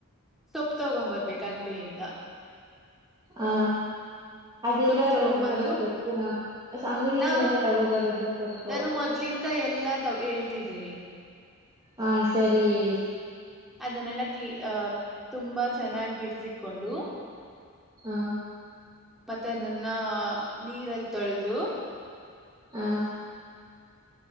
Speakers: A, in the centre; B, on the right.
A: ಸೊಪ್ಪ ತಗೊಂಡ್ಂಬರ್ಬೇಕು ಅಂಗಡಿಯಿಂದ
B: ಹಾ. ಅದೆಲ್ಲ
A: ಸೊಪ್ಪ ತಗೊಂಬಂದು
B: ತಗೊಂಬರೋದ್ ಗೊತ್ತಿನ ಅಂಗಡಿಯಿಂದಾನೇ
A: ನಾ
B: ತಗೋಬರೋದದು ಸೊಪ್ಪು.
A: ನಾನು <inaudible> <inaudible> ಎಲ್ಲಾ ತ ಹೇಳ್ತಿದ್ದೀನಿ.
B: ಹಾ ಸರಿ ಹೇಳಿ.
A: ಅದನ್ನೆಲ್ಲ ಕ್ಲಿ ಅಹ ತುಂಬಾ ಚೆನ್ನಾಗಿ ಬಿಡ್ಸಕೊಂಡು.
B: ಹಾ.
A: ಮತ್ತೆ ಅದನ್ನ ನೀರಲ್ಲಿ ತೊಳೆದು.
B: ಹಾ.